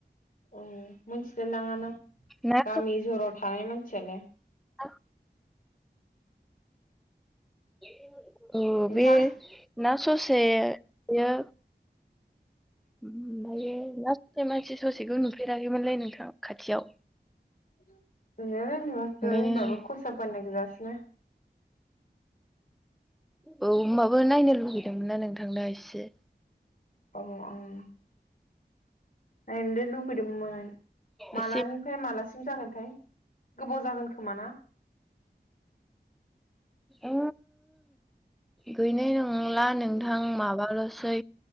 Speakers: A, on the left (about 50°); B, in the centre.
A: औ मिथिलाय लाङा ना
B: ना
A: गामि जराव थानाय मान सियालाय
B: आ <inaudible> ओ
A: नोंथां
B: बे ना ससे बियो उम ओमफायो लासटायाव मानसि ससेखौ नुफेराखैमोनलै नोंथां खाथियाव
A: ओ नुनायालाय नुवाखै
B: ओंखायनो
A: होनबाबो खसाब गाननाय गोजासोना
B: औ ओमबाबो नायनो लुुबैदोंमोन ना नोंथां इसे <inaudible>
A: अ ओं नायनोलाय लुबैदोंमोन मालानिफ्राय
B: एसे
A: मालासि म जागोनथाय गोबाव जागोन खोमा ना?
B: ओ गैनाय नंला नोंथां माबाल'सै